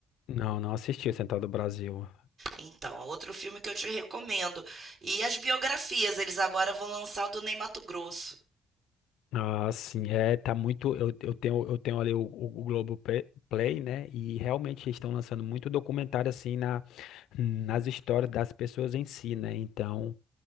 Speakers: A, on the left (about 85°); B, on the right (about 55°).
A: Não, não assisti o Central do Brasil.
B: Então, é outro filme que eu te recomendo. E as biografias, eles agora vão lançar o do Ney Matogrosso.
A: Ah, sim, é, tá muito. Eu, eu tenho, eu tenho ali o, o, o Globoplay, né? E realmente eles estão lançando muito documentário assim na, nas histórias das pessoas em si, né? Então.